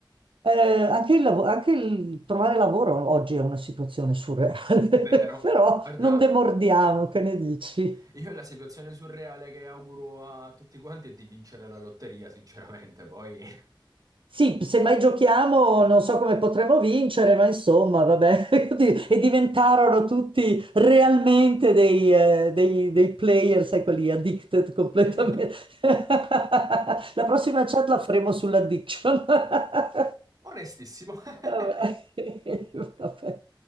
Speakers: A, on the right; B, on the right.
A: Eh, anche il lavo- anche il trovare lavoro oggi è una situazione surreale,
B: Vero.
A: <laughs> però
B: Guarda,
A: non demordiamo, che ne dici?
B: io la situazione surreale che auguro a tutti quanti è di vincere la lotteria, sinceramente, poi. <laughs>
A: Sì, se mai giochiamo non so come potremo vincere, ma insomma, vabbè. <laughs> Di- E diventarono tutti realmente dei, eh, dei- dei player, sai, quelli addicted completamente.
B: Sì.
A: <laughs> La prossima chat la faremo sull'addiction. <laughs>
B: Onestissimo. <laughs>
A: Vabbè. <laughs> Vabbè.